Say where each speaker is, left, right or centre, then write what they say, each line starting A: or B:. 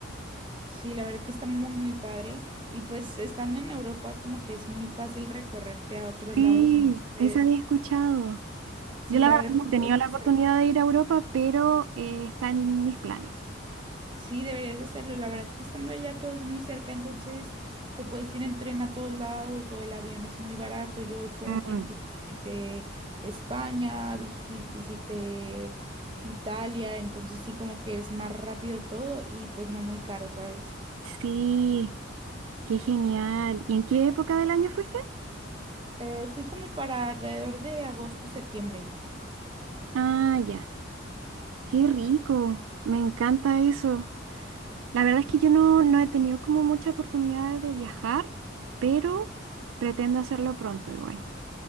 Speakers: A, on the right; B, on the right.
A: Sí, la verdad que está muy, muy padre. Y pues estando en Europa, como que es muy fácil recorrerte a otros
B: Sí,
A: lados, entonces,
B: esa había escuchado.
A: sí,
B: Yo la
A: la
B: verdad
A: verdad
B: no
A: que
B: he tenido
A: todo es
B: la
A: muy cerca.
B: oportunidad de ir a Europa, pero eh, está en mis planes.
A: Sí, deberías de hacerlo. La verdad que estando allá todo es muy cerca, entonces te puedes ir en tren a todos lados o el avión es muy barato. Yo, por
B: Mm.
A: ejemplo, visité España, visi- visité Italia, entonces sí como que es más rápido todo y pues no muy caro, ¿sabes?
B: Sí, qué genial. ¿Y en qué época del año fuiste?
A: Eh, fui como para alrededor de agosto, septiembre.
B: Ah, ya. Qué rico. Me encanta eso. La verdad es que yo no, no he tenido como mucha oportunidad de viajar, pero pretendo hacerlo pronto igual.